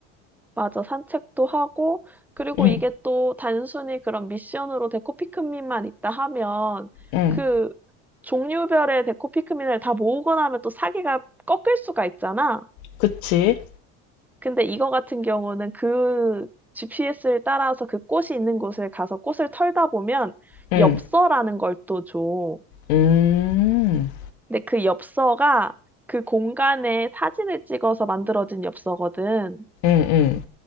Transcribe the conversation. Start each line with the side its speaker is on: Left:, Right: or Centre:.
Centre: 맞아. 산책도 하고, 그리고
Left: 응,
Centre: 이게 또 단순히 그런 미션으로 데코 피크민만 있다 하면,
Left: 응,
Centre: 그 종류별의 데코 피크민을 다 모으고 나면 또 사기가 꺾일 수가 있잖아.
Left: 그치?
Centre: 근데 이거 같은 경우는 그 GPS를 따라서 그 꽃이 있는 곳을 가서 꽃을 털다 보면
Left: 응,
Centre: 엽서라는 걸 또 줘.
Left: 음,
Centre: 근데 그 엽서가 그 공간에 사진을 찍어서 만들어진 엽서거든.
Left: 응, 응,